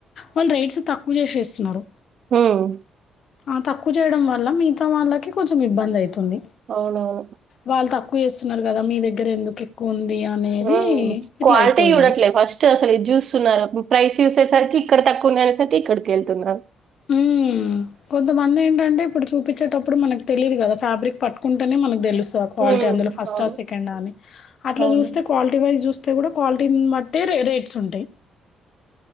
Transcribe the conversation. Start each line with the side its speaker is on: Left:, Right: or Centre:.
Left: వాళ్ళు రేట్స్ తక్కువ చేసేస్తారు ఉన్నారు
Right: హుమ్
Left: ఆ తక్కువ చేయడం వల్ల మిగతా వాళ్ళకి కొంచెం ఇబ్బంది అయిత్ తుంది
Right: అవునవును.
Left: వాళ్ళ తక్కు స్తున్నారు కదా మీ దగ్గర ఎందుకు ఎక్కువ ఉంది అనేది
Right: హ్మ్.
Left: ఇట్లా
Right: క్వాలిటీ
Left: అయిపోయింది
Right: చూడట్లే ఫస్ట్ అసలు ఇది చూస్తున్నారు ప్రైస్ చూసేసరికి ఇక్కడ తక్కువ ఉన్నాయ అనేసరికి ఇక్కడికి వెళ్తున్నారు
Left: ఉ కొంతమంది ఏంటంటే ఇప్పుడు చూపించేటప్పుడు మనకు తెలీదు కదా ఫ్యాబ్రిక్ పట్టుకుంటేనే మనకు తెలుసు ఆ క్వాలిటీ
Right: హ్మ్.
Left: అందులో ఫస్ట్
Right: అవును.
Left: ఆ సెకండ్ ఆ అని అట్లా
Right: అవును.
Left: చూస్తే క్వాలిటీ వైస్ చూస్తే కూడా క్వాలిటీ బట్టే రేట్ స్ ఉంటాయి